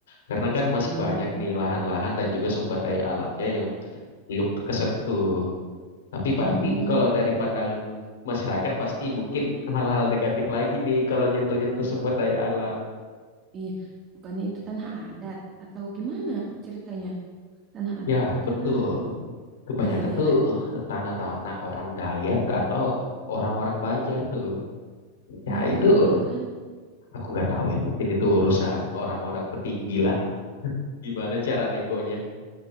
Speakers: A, on the left; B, on the right.
A: Karena kan masih
B: Hmm,
A: banyak nih lahan-lahan dan juga sumber daya alamnya yang belum kesentuh. Tapi
B: hmm,
A: pasti kalau dari pandangan masyarakat pasti mungkin hal-hal negatif lagi nih kalau nyentuh-nyentuh sumber daya alam.
B: iya. Bukannya itu tanah adat atau gimana ceritanya? Tanah adat
A: Ya
B: atau
A: betul.
B: tanah,
A: Kebanyakan
B: ah, iya
A: tuh
B: kan?
A: tanah-tanah orang Dayak atau orang-orang Banjar tuh. Ya
B: Hmm,
A: itu
B: iya kan?
A: aku nggak tahu ya mungkin itu urusan orang-orang petinggi lah. Gimana cara negonya?